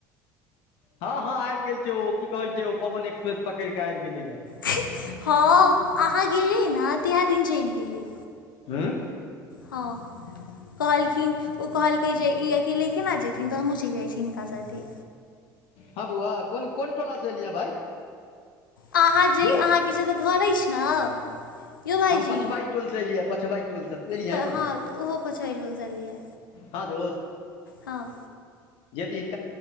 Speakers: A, on the left (about 55°); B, on the left (about 80°).
A: हँ- हँं, आबि गेल छै, ओ की कहे छै, ओ पवन एक्सप्रेस पकड़िके आबि गेले ये।
B: ही़ हँ, अहाँ गेलियै ने, ताहि दिन चलि गेलै।
A: आंय।
B: हँ। कहलखिन, ओ कहलकै जे ई अकेले केना जेथिन, तऽ हमहूँ चलि जाइ छी हिनका साथे।
A: हँ बौआ, कोन- कोन टोला से एलिहि भाइ।
B: अहाँ जे,
A: दोस्त
B: अहाँके जे तऽ घर अछि ने। यौ भाइजी
A: हम पछबाइ टोलसँ एलियै, पछुआ टोलसँ, तू एलियहे?
B: प- हँ तऽ ओहो पर चढ़ि रहल छलियै
A: हँ दोस्त।
B: हँ।
A: जेदिन